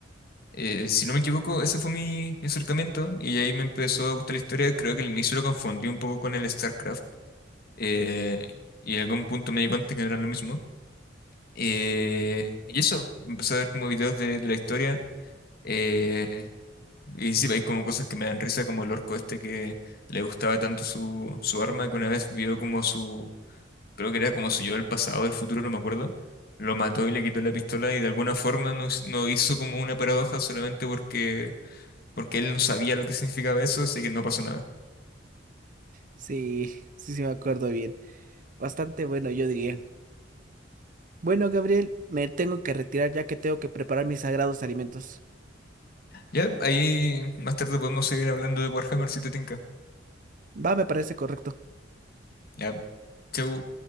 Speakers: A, on the left; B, on the right.
A: eh, si no me equivoco, ese fue mi, mi acercamiento y ahí me empezó a gustar la historia. Creo que al inicio lo confundí un poco con el StarCraft eh, y en algún punto me di cuenta que no era lo mismo. Eh, y eso, empecé a ver como videos de, de la historia. eh, y sí, hay como cosas que me dan risa, como el orco este que le gustaba tanto su, su arma que una vez vio como su, creo que era como su yo del pasado, del futuro, no me acuerdo. Lo mató y le quitó la pistola y de alguna forma no, s- no hizo como una paradoja solamente porque, porque él no sabía lo que significaba eso, así que no pasó nada.
B: Sí, sí, sí me acuerdo bien. Bastante bueno, yo diría. Bueno, Gabriel, me tengo que retirar ya que tengo que preparar mis sagrados alimentos.
A: Ya, ahí más tarde podemos seguir hablando de Warhammer si te tinca.
B: Va, me parece correcto.
A: Ya, chau.